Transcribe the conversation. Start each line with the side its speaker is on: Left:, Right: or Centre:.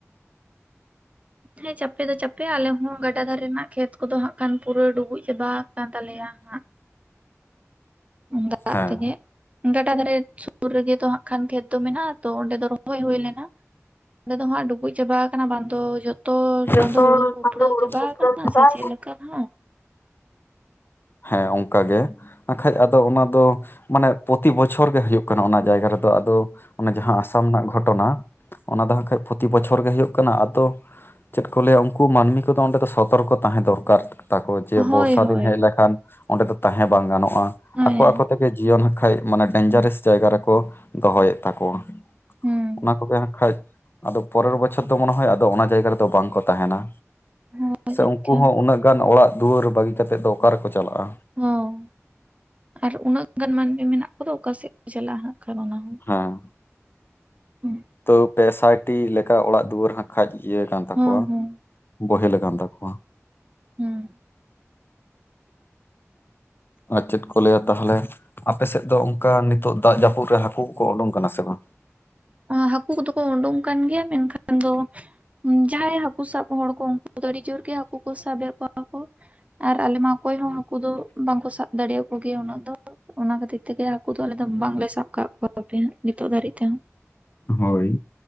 Right: ᱦᱮᱸ ᱪᱟᱯᱮ ᱫᱚ ᱪᱟᱯᱮ ᱟᱞᱮ ᱦᱚᱸ ᱜᱟᱰᱟ ᱫᱷᱟᱨᱮ ᱨᱮᱱᱟᱜ ᱠᱷᱮᱛ ᱠᱚᱫᱚ ᱦᱟᱸᱜ ᱠᱷᱟᱱ ᱯᱩᱨᱟᱹ ᱰᱩᱵᱩᱡᱽ ᱪᱟᱵᱟ ᱟᱠᱟᱱ ᱛᱟᱞᱮᱭᱟ ᱦᱟᱸᱜ ᱾ ᱫᱟᱜ
Left: ᱦᱮᱸ
Right: ᱛᱮᱜᱮ, ᱜᱟᱰᱟ ᱫᱷᱟᱨᱮ ᱥᱩᱨ ᱨᱮᱜᱮ ᱛᱚ ᱦᱟᱸᱜ ᱠᱷᱟᱱ ᱠᱷᱮᱛ ᱫᱚ ᱢᱮᱱᱟᱜᱼᱟ ᱛᱚ ᱚᱸᱰᱮ ᱫᱚ ᱨᱚᱦᱚᱭ ᱦᱩᱭ ᱞᱮᱱᱟ ᱾ ᱚᱸᱰᱮ ᱫᱚ ᱦᱟᱸᱜ ᱰᱩᱵᱩᱡ ᱪᱟᱵᱟ ᱟᱠᱟᱱᱟ ᱵᱟᱝ ᱫᱚ ᱡᱚ ᱛᱚ
Left: ᱡᱚᱛᱚ
Right: ᱵᱟᱝ ᱫᱚ ᱦᱩᱲᱩ ᱠᱚ
Left: ᱪᱟᱸᱫᱳ
Right: ᱩᱯᱲᱟᱹᱣ
Left: ᱩᱰᱩᱠ
Right: ᱪᱟᱵᱟ
Left: ᱩᱯᱨᱟᱹᱣ
Right: ᱟᱠᱟᱱᱟ
Left: ᱠᱮᱫᱟᱭ
Right: ᱥᱮ ᱪᱮᱫ ᱞᱮᱠᱟ ᱦᱟᱸᱜ?
Left: ᱦᱮᱸ ᱚᱱᱠᱟ ᱜᱮ ᱟᱜ ᱠᱷᱟᱡᱽ ᱟᱫᱚ ᱚᱱᱟ ᱫᱚ ᱢᱟᱱᱮ ᱯᱚᱛᱤ ᱵᱚᱪᱷᱚᱨ ᱜᱮ ᱦᱩᱭᱩᱜ ᱠᱟᱱᱟ ᱚᱱᱟ ᱡᱟᱭᱜᱟ ᱨᱮᱫᱚ ᱟᱫᱚ ᱚᱱᱟ ᱡᱟᱦᱟᱸ ᱟᱥᱟᱢ ᱨᱮᱱᱟᱜ ᱜᱷᱚᱴᱚᱱᱟ, ᱚᱱᱟ ᱫᱚᱦᱟᱸᱜ ᱠᱷᱟᱸᱡᱽ ᱯᱚᱛᱤ ᱵᱚᱪᱷᱚᱨ ᱜᱮ ᱦᱩᱭᱩᱜ ᱠᱟᱱᱟ ᱟᱫᱚ ᱪᱮᱫ ᱠᱚ ᱞᱟᱹᱭᱟ ᱩᱱᱠᱩ ᱢᱟᱹᱱᱢᱤ ᱠᱚᱫᱚ ᱚᱸᱰᱮ ᱫᱚ ᱥᱚᱛᱚᱨᱠᱚ ᱛᱟᱦᱮᱸ ᱫᱚᱨᱠᱟᱨ ᱾ ᱛᱟᱠᱚ ᱡᱮ
Right: ᱦᱳᱭ
Left: ᱵᱚᱨᱥᱟ
Right: ᱦᱳᱭ
Left: ᱫᱤᱱ ᱦᱮᱡᱽ ᱞᱮᱠᱷᱟᱱ ᱚᱸᱰᱮ ᱫᱚ ᱛᱟᱦᱮᱸ ᱵᱟᱝ ᱜᱟᱱᱚᱜᱼᱟ
Right: ᱦᱳᱭ
Left: ᱟᱠᱚ ᱟᱠᱚ ᱛᱮ ᱜᱮ ᱡᱤᱭᱚᱱ ᱦᱚᱸ ᱠᱷᱟᱡᱽ ᱢᱟᱱᱮ ᱰᱮᱧᱡᱟᱨᱮᱥ ᱡᱟᱭᱜᱟ ᱨᱮᱠᱚ ᱫᱚᱦᱚᱭᱮᱫ ᱛᱟᱠᱚᱣᱟ ᱾
Right: ᱦᱩᱸ
Left: ᱚᱱᱟ ᱠᱚᱜᱮ ᱦᱟᱸᱜ ᱠᱷᱟᱡᱽ ᱟᱫᱚ ᱯᱚᱨᱮᱨ ᱵᱚᱪᱷᱚᱨ ᱫᱚ ᱢᱚᱱᱮ ᱦᱚᱭ ᱟᱫᱚ ᱚᱱᱟ ᱡᱟᱭᱜᱟ ᱨᱮ ᱫᱚ ᱵᱟᱝ ᱠᱚ ᱛᱟᱦᱮᱱ-ᱟ
Right: ᱦᱳᱭ
Left: ᱥᱮ
Right: ᱡᱟᱹᱱᱤᱡ
Left: ᱩᱱᱠᱩ
Right: ᱠᱷᱟᱱ
Left: ᱦᱚᱸ ᱩᱱᱟᱹᱜ ᱚᱱᱠᱟᱱ ᱚᱲᱟᱜ ᱫᱩᱣᱟᱹᱨ ᱵᱟᱹᱜᱤ ᱠᱟᱛᱮᱫ ᱫᱚ ᱚᱠᱟᱨᱮ ᱠᱚ ᱪᱟᱞᱟᱜᱼᱟ?
Right: ᱦᱚᱸ ᱟᱨ ᱩᱱᱟᱹᱜ ᱜᱟᱱ ᱢᱟᱹᱱᱢᱤ ᱢᱮᱱᱟᱜ ᱠᱚ ᱫᱚ ᱚᱠᱟ ᱥᱮᱫ ᱠᱚ ᱪᱟᱞᱟᱜᱼᱟ ᱦᱟᱜ ᱠᱷᱟᱱ ᱚᱱᱟ ᱦᱚᱸ
Left: ᱦᱮᱸ ᱾
Right: ᱦᱩᱸ᱾
Left: ᱛᱚ ᱯᱮ ᱥᱟᱭᱴᱤ ᱞᱮᱠᱟ ᱚᱲᱟᱜ ᱫᱩᱣᱟᱹᱨ ᱦᱟᱸ ᱠᱷᱟᱡ ᱤᱭᱟᱹ ᱠᱟᱱ ᱛᱟᱠᱚᱣᱟ᱾
Right: ᱦᱚᱸ ᱦᱚᱸ
Left: ᱵᱚᱦᱮᱞ ᱟᱠᱟᱱ ᱛᱟᱠᱚᱣᱟ᱾
Right: ᱦᱩᱸ
Left: ᱟᱨ ᱪᱮᱫ ᱞᱟᱹᱭ-ᱟ ᱛᱟᱦᱞᱮ᱾ ᱟᱯᱮ ᱥᱮᱫ ᱫᱚ ᱚᱱᱠᱟ ᱱᱤᱹᱛᱚᱜ ᱫᱟᱜ ᱡᱟᱹᱯᱩᱫ ᱨᱮ ᱦᱟᱹᱠᱩ ᱠᱚ ᱩᱰᱩᱝ ᱠᱟᱱᱟ ᱥᱮ ᱵᱟᱝ?
Right: ᱮᱸ ᱦᱟᱹᱠᱩ ᱠᱚᱫᱚ ᱠᱚ ᱩᱰᱩᱝ ᱠᱟᱱ ᱜᱮᱭᱟ ᱢᱮᱱᱠᱷᱟᱱ ᱫᱚ ᱡᱟᱦᱟᱸᱭ ᱦᱟᱹᱠᱩ ᱥᱟᱵ ᱦᱚᱲ ᱠᱚ ᱩᱱᱠᱩ ᱟᱫᱚ ᱟᱹᱰᱤ ᱡᱳᱨ ᱜᱮ ᱦᱟᱹᱠᱩ ᱠᱚ ᱥᱟᱵᱮᱫ ᱠᱚᱣᱟ ᱠᱚ ᱟᱨ ᱟᱞᱮᱢᱟ ᱚᱠᱚᱭ ᱦᱚᱸ ᱦᱟᱠ ᱠᱩ ᱫᱚ ᱵᱟᱝ ᱠᱚ ᱥᱟᱵ ᱫᱟᱲᱮᱭᱟᱠᱚ ᱜᱮᱭᱟ ᱩᱱᱟᱹᱜ ᱫᱚ᱾ ᱚᱱᱟ ᱠᱷᱟᱹᱛᱤᱨ ᱛᱮ ᱜᱮ ᱦᱟᱹᱠᱩ ᱫᱚ ᱟᱞᱮ ᱫᱚ ᱵᱟᱝ ᱞᱮ ᱥᱟᱵ ᱠᱟᱜ ᱠᱚᱣᱟ ᱟᱨᱠᱤ ᱱᱤᱛᱚᱜ ᱫᱷᱟᱹᱨᱤᱡ ᱛᱮ ᱦᱚᱸ᱾
Left: ᱦᱳᱭ